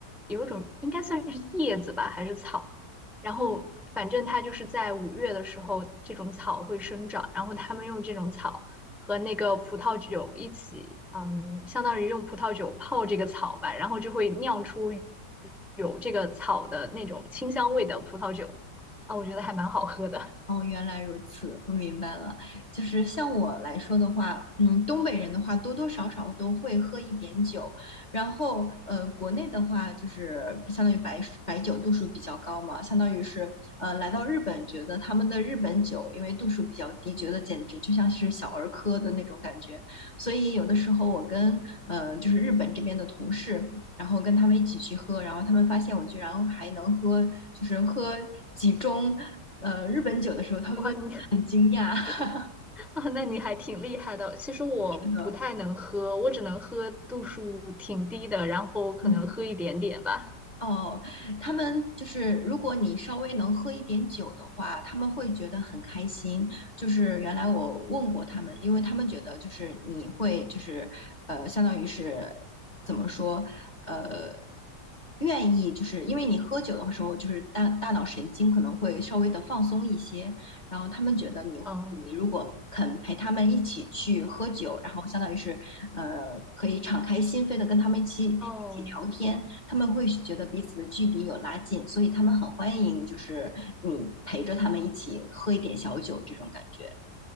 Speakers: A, in the centre; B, on the left.
A: 有一种应该算是叶子吧，还是草。然后反正它就是在五月的时候，这种草会生长，然后他们用这种草。和那个葡萄酒一起，嗯，相当于用葡萄酒泡这个草吧，然后就会酿出有这个草的那种清香味的葡萄酒，啊，我觉得还蛮好喝的。
B: 哦，原来如此，我明白了。就是像我来说的话，嗯，东北人的话多多少少都会喝一点酒，然后呃，国内的话就是相当于白白酒度数比较高嘛，相当于是呃来到日本，觉得他们的日本酒因为度数比较低，觉得简直就像是小儿科的那种感觉，所以有的时候我跟呃就是日本这边的同事。然后跟他们一起去喝，然后他们发现我居然还能喝，就是喝几盅呃日本酒的时候，他们都很惊讶。
A: 哇，你
B: <laughs>
A: <laughs> 啊，那你还挺厉害的。其实我不太能喝，
B: 的，
A: 我只能喝度数挺低的，然后可能喝一点点吧。
B: 嗯。哦，他们就是如果你稍微能喝一点酒的话，他们会觉得很开心。就是原来我问过他们，因为他们觉得就是你会就是呃，相当于是怎么说呃，愿意就是因为你喝酒的时候，就是大大脑神经可能会稍微的放松一些，然后他们觉得你你如果肯陪他们一起去喝酒，
A: 嗯，
B: 然后相当于是呃，可以敞开心扉的跟他们一起一起聊天。
A: 哦，
B: 他们会觉得彼此的距离有拉近，所以他们很欢迎，就是你陪着他们一起喝一点小酒这种感觉。